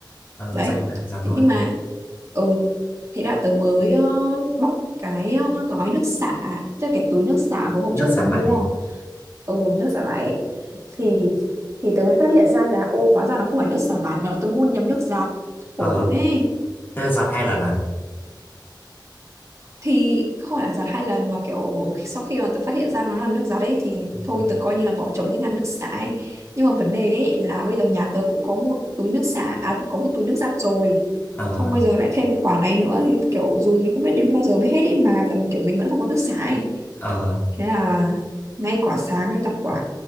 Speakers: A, on the left; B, on the right.
A: ờ,
B: đấy
A: dậy mà, giặt thôi.
B: thế nhưng mà ừ thế là tớ mới ờ, bóc cái ờ, gói nước xả tức là cái túi nước xả vừa hôm
A: Nước
B: trước
A: xả
B: tớ mua
A: vải.
B: ừ nước xả vải ấy. thì thì tớ mới phát hiện ra là ô hóa ra nó không phải nước xả vải mà tớ mua nhầm nước giặt
A: Ờ,
B: khổ đấy
A: thế là giặt hai lần à?
B: thì không phải là giặt hai lần mà kiểu sau khi mà tớ phát hiện ra nó là nước giặt ấy thì
A: Ừ.
B: thôi tớ coi như là bỏ trống cái ngăn nước xả ấy. nhưng mà vấn đề ấy là bây giờ nhà tớ cũng có một túi nước xả à, có một túi nước giặt rồi
A: Ờ,
B: xong bây giờ lại thêm quả này nữa thì kiểu dùng thì không biết đến bao giờ mới hết ấy mà vẫn kiểu mình vẫn không có nước xả ấy
A: ờ,
B: Thế là ngay quả sáng ấy gặp quả